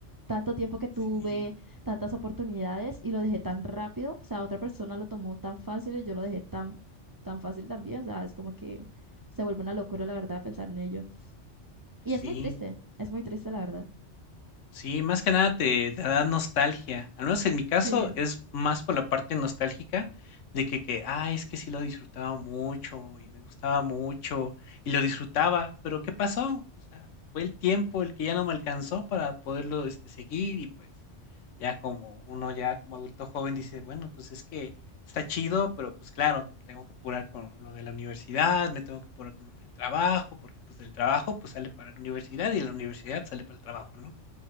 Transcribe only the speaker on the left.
Sí,
sí.
Sí, más que nada te, te da nostalgia. Al menos en mi caso
es más por la parte nostálgica de que, que, ah, es que sí lo disfrutaba mucho y me gustaba mucho y lo disfrutaba, pero ¿qué pasó? O sea, fue el tiempo el que ya no me alcanzó para poderlo este, seguir y pues ya como uno ya como adulto joven dice, bueno, pues es que está chido, pero pues claro, me tengo que apurar con lo de la universidad, me tengo que apurar con lo del trabajo, porque pues del trabajo pues sale para la universidad y de la universidad sale para el trabajo, ¿no?